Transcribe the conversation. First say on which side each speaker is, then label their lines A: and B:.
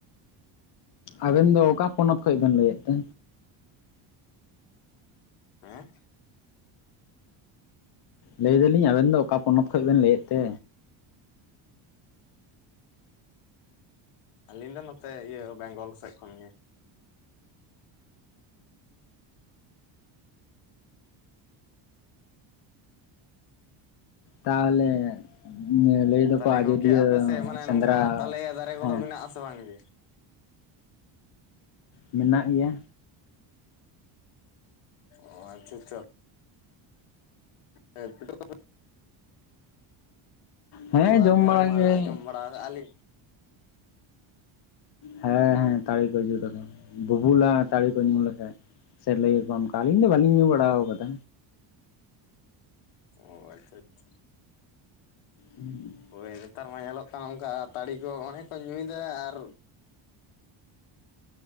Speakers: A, on the left (about 50°); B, on the left (about 85°).
A: ᱟᱵᱮᱱ ᱫᱚ ᱚᱠᱟ ᱯᱚᱱᱚᱛ ᱠᱷᱚᱡ ᱵᱮᱱ ᱞᱟᱹᱭᱮᱫ ᱛᱮ?
B: ᱦᱮᱸ?
A: ᱞᱟᱹᱭᱫᱟᱞᱤᱧ ᱟᱵᱮᱱ ᱫᱚ ᱚᱠᱟ ᱯᱚᱱᱚᱛ ᱠᱷᱚᱡ ᱵᱮᱱ ᱞᱟᱹᱭᱮᱫ ᱛᱮ?
B: ᱟᱹᱞᱤᱧ ᱫᱚ ᱱᱚᱛᱮ ᱤᱭᱟᱹ ᱵᱮᱝᱜᱚᱞ ᱥᱮᱫ ᱠᱷᱚᱱ ᱜᱮ᱾
A: ᱛᱟᱦᱚᱞᱮ ᱞᱟᱹᱭ ᱫᱚᱠᱚ
B: ᱛᱟᱞᱦᱮ
A: ᱟᱡᱚᱫᱤᱭᱟᱹ
B: ᱜᱚᱝᱠᱮ ᱟᱯᱮ ᱥᱮᱫ ᱢᱟᱱᱮ
A: ᱥᱮᱸᱫᱽᱨᱟ
B: ᱱᱚᱝᱠᱟ ᱛᱟᱞᱮ ᱫᱟᱨᱮ ᱠᱚᱫᱚ
A: ᱦᱮᱸ
B: ᱢᱮᱱᱟᱜᱼᱟ ᱥᱮ ᱵᱟᱝ ᱜᱮ?
A: ᱢᱮᱱᱟᱜ ᱜᱮᱭᱟ᱾
B: ᱚ ᱟᱪᱪᱷᱟ ᱟᱪᱪᱷᱟ᱾ <unintelligible>
A: ᱦᱮᱸ
B: ᱛᱚ
A: ᱡᱚᱢ
B: ᱟᱨ <unintelligible>
A: ᱵᱟᱲᱟ ᱜᱮ
B: ᱢᱟ ᱟᱸᱡᱚᱢ ᱵᱟᱲᱟ ᱠᱟᱜᱼᱟ ᱞᱤᱧ᱾
A: ᱦᱮᱸ ᱦᱮᱸ ᱛᱟᱲᱤ ᱠᱚ ᱧᱩ ᱞᱮᱠᱷᱟᱱ ᱵᱩᱵᱩᱞᱟ ᱛᱟᱹᱲᱤ ᱠᱚ ᱧᱩ ᱞᱮᱠᱷᱟᱡ᱾ ᱥᱮ ᱞᱟᱹᱤ ᱟᱠᱚ ᱚᱱᱠᱟ ᱟᱹᱞᱤᱧ ᱫᱚ ᱵᱟᱹᱞᱤᱧ ᱧᱩ ᱵᱟᱲᱟ ᱠᱟᱫᱟ᱾
B: ᱚ ᱟᱪᱪᱷᱟ ᱟᱪᱪᱷᱟ᱾
A: ᱦᱩᱸ᱾
B: ᱦᱳᱭ ᱱᱮᱛᱟᱨ ᱢᱟ ᱧᱮᱞᱚᱜ ᱠᱟᱱᱟ ᱚᱝᱠᱟ ᱛᱟᱹᱲᱤ ᱠᱚ ᱚᱱᱮ ᱠᱚ ᱧᱩᱭᱫᱟ ᱟᱨ